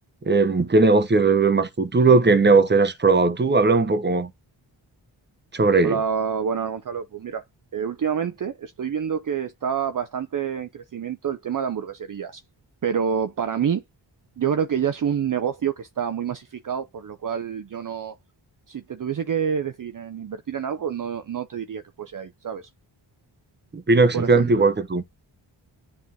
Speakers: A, on the right; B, on the right.
A: Eh, ¿qué negocios ves más futuro? ¿Qué negocios has probado tú? Habla un poco sobre
B: hola,
A: ello.
B: buenas Gonzalo. Pues mira, eh, últimamente estoy viendo que está bastante en crecimiento el tema de hamburgueserías, pero para mí yo creo que ya es un negocio que está muy masificado, por lo cual yo no, si te tuviese que decidir en invertir en algo, no, no te diría que fuese ahí, ¿sabes?
A: Opino exactamente
B: Por ejemplo,
A: igual que tú.